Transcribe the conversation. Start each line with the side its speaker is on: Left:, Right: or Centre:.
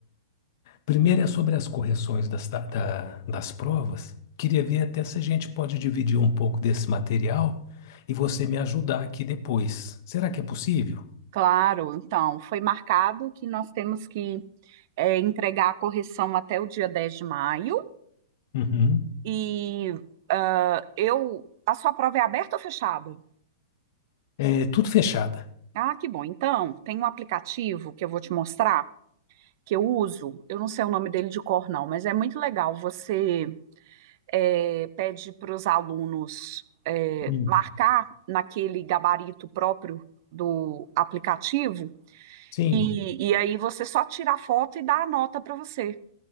Left: Primeiro é sobre as correções das, ta- da- das provas. Queria ver até se a gente pode dividir um pouco desse material e você me ajudar aqui depois. Será que é possível?
Right: Claro, então, foi marcado que nós temos que é, entregar a correção até o dia 10 de maio.
Left: Uhum.
Right: E ah, eu. A sua prova é aberta ou fechada?
Left: É tudo fechada.
Right: Ah, que bom. Então, tem um aplicativo que eu vou te mostrar, que eu uso. Eu não sei o nome dele de cor, não, mas é muito legal. Você. é, pede para os alunos é,
Left: Hum.
Right: marcar naquele gabarito próprio do aplicativo,
Left: Sim.
Right: e, e aí você só tira a foto e dá a nota para você.